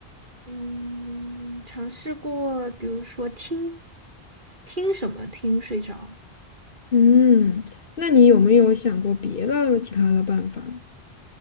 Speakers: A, on the right; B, on the left.
A: 嗯，尝试过，比如说听听什么听睡着，
B: 嗯，那你有没有想过别的其他的办法呢？